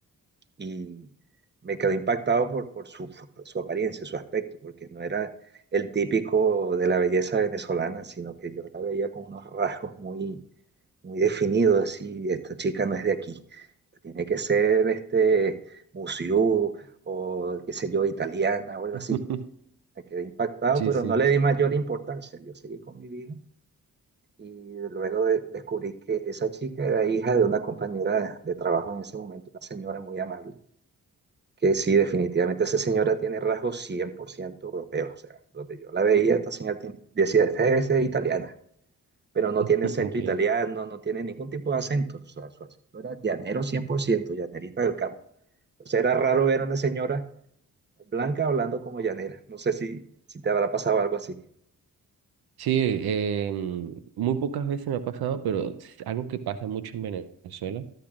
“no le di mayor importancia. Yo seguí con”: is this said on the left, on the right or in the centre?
Right